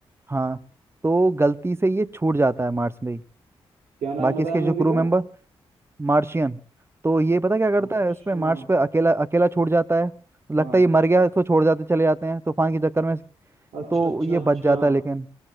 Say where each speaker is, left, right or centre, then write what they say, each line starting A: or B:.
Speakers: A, on the right; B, on the right.
A: हाँ तो गलती से ये छूट जाता है मार्स में ही
B: क्या नाम
A: बाकी
B: बताया
A: इसके
B: मूवी
A: जो क्रू
B: का
A: मेंबर मार्शियन तो ये पता क्या करता
B: अच्छा
A: है उसमें मार्स पे अकेला अकेला छोड़ जाता है लगता
B: हाँ
A: है ये मर गया है, इसको छोड़ जाते चले जाते हैं तूफान के चक्कर में
B: अच्छा
A: तो
B: अच्छा
A: ये
B: अच्छा
A: बच जाता है लेकिन